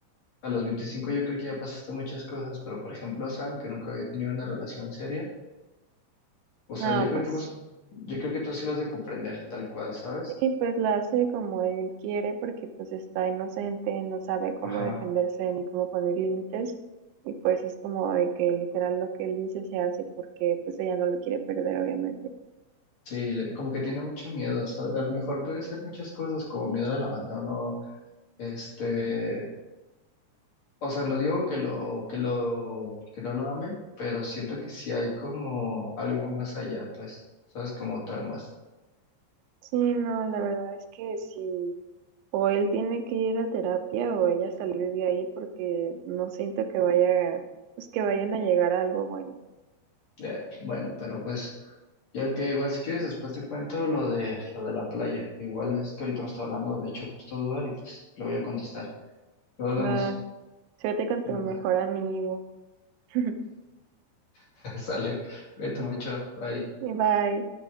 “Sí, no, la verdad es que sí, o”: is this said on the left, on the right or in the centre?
Right